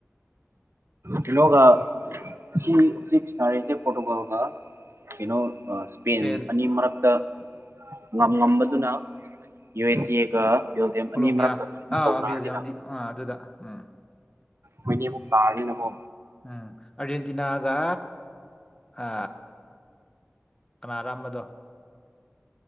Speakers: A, on the right; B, on the left.
A: ꯀꯩꯅꯣꯒ ꯁꯤ ꯍꯧꯖꯤꯛ ꯁꯅꯔꯤꯁꯦ ꯄꯣꯔꯇꯨꯒꯜꯒ ꯀꯩꯅꯣ ꯄꯦꯟ
B: ꯏꯁꯄꯦꯟ
A: ꯑꯅꯤ ꯃꯔꯛꯇ ꯉꯝ ꯉꯝꯕꯗꯨꯅ ꯌꯨ ꯑꯦꯁ ꯑꯦꯒ ꯕꯦꯜꯖꯤꯌꯝ
B: ꯀꯣꯂꯣꯝꯕꯤꯌꯥ
A: ꯑꯅꯤ ꯃꯔꯛꯇ ꯑꯃꯨꯛ
B: ꯑꯥ
A: ꯇꯧꯅꯔꯅꯤꯅ
B: ꯕꯦꯜꯖꯤꯌꯝꯗꯤ ꯑꯥ ꯑꯗꯨꯗ ꯎꯝ
A: ꯃꯣꯏꯅꯤ ꯑꯃꯨꯛ ꯇꯥꯔꯅꯤꯅꯀꯣ
B: ꯎꯝ ꯑꯔꯖꯦꯟꯇꯤꯅꯥꯒ ꯑ ꯀꯅꯥ ꯑꯔꯝꯕꯗꯣ